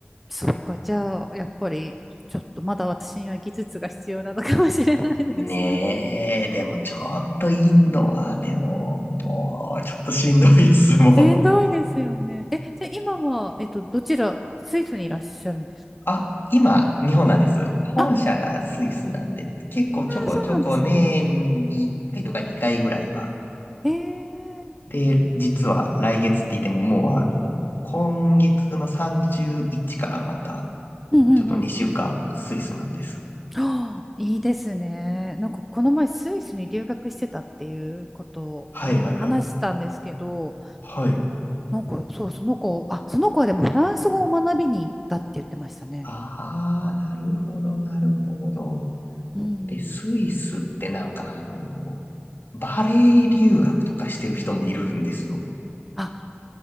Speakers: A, in the centre; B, on the left (about 55°).
A: そっか。じゃあ、やっぱり、ちょっとまだ私には技術が必要なのかもしれないですね。
B: ねえ、でもちょっとインドは、でも、もうちょっとしんどいっす、
A: <laughs>
B: もう。
A: しんどいですよね。え、じゃあ今は、えっと、どちら、スイスにいらっしゃるんですか
B: あ、今、日本なんです。本社がスイスなんで、
A: あ、
B: 結構ちょこちょこ年に回とか2回ぐらいは。
A: そうなんですね。ええ
B: で、実は来月って言ってももうあの、今月の31からまた、
A: うんうんうん。
B: ちょっと2週間スイスなんです。
A: ああ、いいですね。なんかこの前スイスに留学してたっていうことをは話したんですけど、
B: はいはいはい。はい。
A: なんかそう、その子、あ、その子はでもフランス語を学びに行ったって言ってましたね。
B: あー、なるほど、なるほど。
A: うん。
B: で、スイスってなんかあの、バレエ留学とかしてる人もいるんですよ。
A: あ、